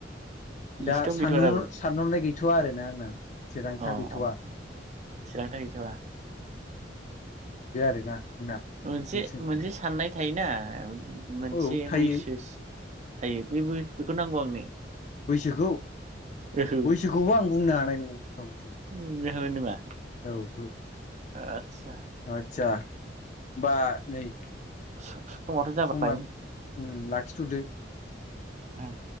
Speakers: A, on the left; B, on the right.
A: दा
B: लिस्टआवनो
A: सानहर
B: गैथ'आ दाबो
A: सानहरनाय गैथ'वा आरोना आंना थिरांथा
B: अ
A: गैथ'वा
B: अ थिरांथा गैथ'आ
A: बे आरोना आंना
B: मोनसे
A: नोंसिम
B: मोनसे साननाय थायोना मोनसे
A: औ थायो
B: बैसोस थायो बेबो बेखौ नांगौ आंनो
A: बैसोखौ
B: ओहो
A: बैसोखौबो आं बुंनो हानाय नं <unintelligible>
B: <unintelligible>
A: औ उम
B: आदसा
A: आतसा बा नै
B: स समावथ' जाबाय
A: समा उम लाखिथ'दो
B: उम